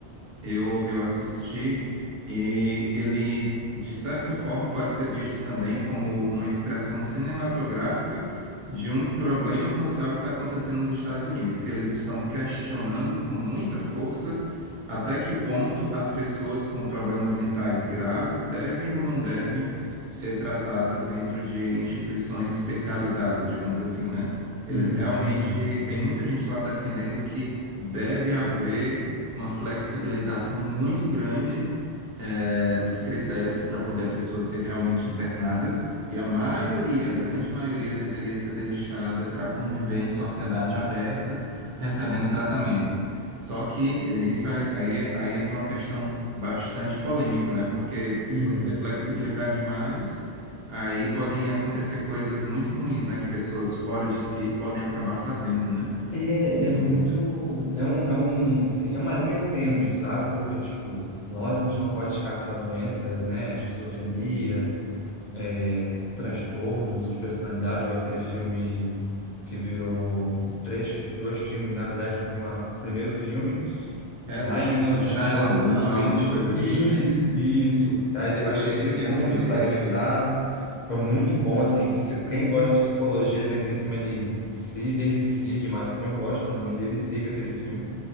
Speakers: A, on the right (about 70°); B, on the left (about 55°).
A: Eu, eu assisti e ele, de certa forma, pode ser visto também como uma expressão cinematográfica de um problema social que está acontecendo nos Estados Unidos, que eles estão questionando com muita força até que ponto as pessoas com problemas mentais graves devem ou não devem ser tratadas dentro de instituições especializadas, digamos assim, né? Eles
B: Uhum,
A: realmente,
B: uhum,
A: tem muita gente lá defendendo que deve haver uma flexibilização muito grande eh, dos critérios para poder a pessoa ser realmente internada, e a maioria, a grande maioria, deveria ser deixada para conviver em sociedade aberta, recebendo tratamento. Só que eh, isso aí, aí é- aí entra uma questão bastante polêmica, né? Porque se
B: uhum.
A: você flexibilizar demais, aí podem acontecer coisas muito ruins, né? Que pessoas fora de si podem acabar fazendo, né?
B: É,
A: Enfim.
B: é muito, é um, é um, assim, é uma linha tênue, sabe? Porque, tipo, lógico, a gente não pode descartar doença, né? Esquizofrenia, é, transtornos de personalidade, igual aquele filme que virou três, dois filmes, na verdade foi uma- o primeiro filme,
A: É
B: lá
A: do,
B: em mil e novecentos
A: do Shyamalan,
B: e pouco, do Bruce Willis.
A: alguma coisa assim,
B: Isso,
A: né?
B: isso. Aí depois
A: Eu achei
B: veio o
A: genial
B: segundo,
A: também
B: Fragmentado.
A: aqueles filmes.
B: Foi muito bom, assim, psi- quem gosta de psicologia, ele naquele filme, ele se delicia demais, assim, eu gosto, então me deliciei com aquele filme,